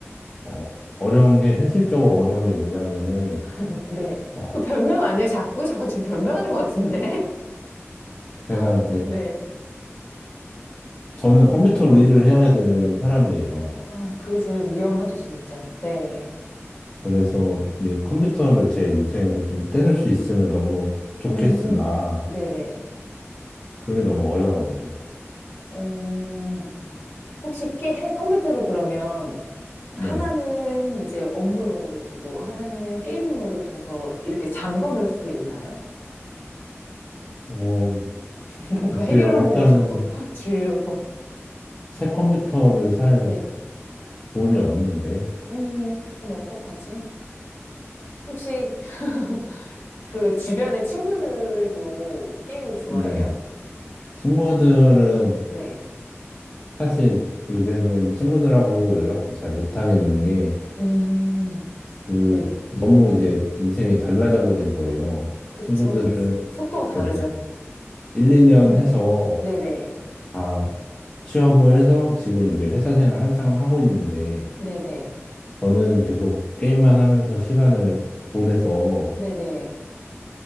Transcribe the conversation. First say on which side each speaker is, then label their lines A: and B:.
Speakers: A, on the left; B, on the left.
A: 어, 어려운 게 현실적으로 어려운 게 뭐냐면은
B: <laughs> 네.
A: 어,
B: 그 변명 아니에요? 자꾸? 자꾸 지금 변명하는 것 같은데?
A: <laughs> 제가
B: <laughs>
A: 이제
B: 네.
A: 저는 컴퓨터로 일을 해야 되는 사람이에요.
B: 아, 그게 제일 위험하죠, 진짜. 네.
A: 그래서 이 컴퓨터를 제 인생에서 좀 떼낼 수 있으면 너무 좋겠으나
B: 음, 음. 네네.
A: 그게 너무 어려운 거죠.
B: 어, 혹시 깨, 해- 컴퓨터를 그러면
A: 네.
B: 하나는 이제 업무용으로 두고 하나는 게임용으로 둬서 이렇게 잠궈 놓을 수도 있나요?
A: 어,
B: <laughs> 뭔가
A: 글쎄요.
B: 해결 방법을
A: 일단은
B: 자꾸 <laughs> 주려고.
A: 새 컴퓨터를 살
B: 네.
A: 돈이 없는데.
B: 음, 그럼 어떡하지? 혹시 <laughs> 그 주변의 친구들도 게임을 좋아해요?
A: 네. 친구들은
B: 네.
A: 사실 요새는 친구들하고 연락도 잘 못 하겠는 게
B: 음,
A: 그,
B: 네.
A: 너무 이제 인생이 달라져 버린 거예요.
B: 그쵸.
A: 친구들은
B: 속도가 다르죠.
A: 그래도 일, 이 년
B: 음.
A: 해서
B: 네네.
A: 다 취업을 해서 지금 이제 회사 생활 한창 하고 있는데,
B: 네네.
A: 저는 계속 게임만 하면서 시간을 보내서,
B: 네네.